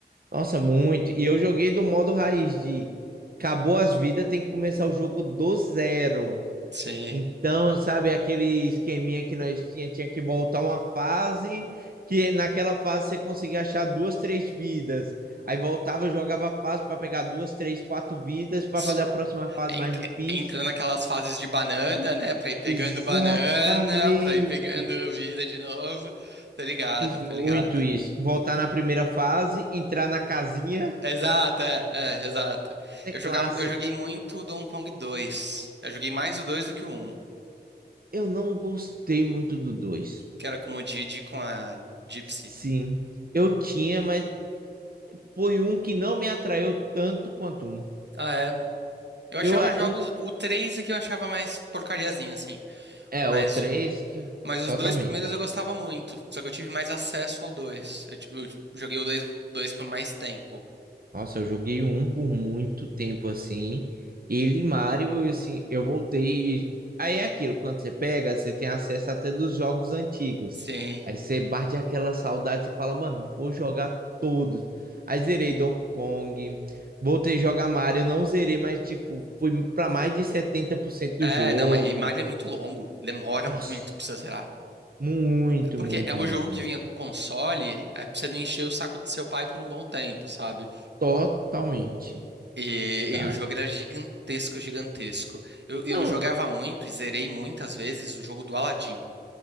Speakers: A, on the right; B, on the right.
A: Nossa, muito. E eu joguei do modo raiz de acabou as vidas, tem que começar o jogo do zero.
B: Sim.
A: Então, sabe, aquele esqueminha que nós tinha, tinha que voltar uma fase, que naquela fase você conseguia achar duas, três vidas. Aí voltava, jogava a fase para pegar duas, três, quatro vidas para
B: <laughs>
A: fazer a próxima fase
B: É Ent-
A: mais difícil.
B: Entra naquelas fases de banana, né? Pra ir pegando
A: Exatamente.
B: banana, pra ir pegando vida de novo. Tô ligado,
A: Fiz muito
B: tô ligado.
A: isso. Voltar na primeira fase, entrar na casinha,
B: Exato, é, é, exato.
A: é
B: Eu
A: clássica.
B: jogava, eu joguei muito o Donkey Kong dois. Eu joguei mais o 2 do que o um,
A: Eu não gostei muito do dois
B: que era com o Didi e com a Gypsy.
A: Sim, eu tinha, mas foi um que não me atraiu tanto quanto um.
B: Ah, é? Eu
A: Eu,
B: achava
A: ah,
B: jogos. O 3 é que eu achava mais porcariazinho, assim.
A: É,
B: Mas,
A: o 3
B: o-
A: que
B: mas os
A: totalmente.
B: dois primeiros eu gostava muito. Só que eu tive mais acesso ao 2. Eu, ti- eu ti- joguei o dois dois por mais tempo.
A: Nossa, eu joguei o 1 por muito tempo assim. Ele e Mario, assim, eu voltei. e- Aí é aquilo, quando você pega, você tem acesso até dos jogos antigos.
B: Sim.
A: Aí você bate aquela saudade, você fala, mano, vou jogar todos. Aí zerei Donkey Kong, voltei a jogar Mario, não zerei, mas tipo, fui pra mais de 70% do
B: É,
A: jogo.
B: não, mas e Mario é muito longo. Demora
A: Nossa,
B: muito pra você zerar.
A: muito,
B: É Porque
A: muito,
B: é o
A: muito,
B: jogo que
A: muito.
B: vinha com o console, é pra você não encher o saco do seu pai por um bom tempo, sabe?
A: Totalmente,
B: E,
A: sabe?
B: e o jogo era gigantesco, gigantesco. Eu, eu
A: Não,
B: jogava muito e zerei muitas vezes o jogo do Aladdin.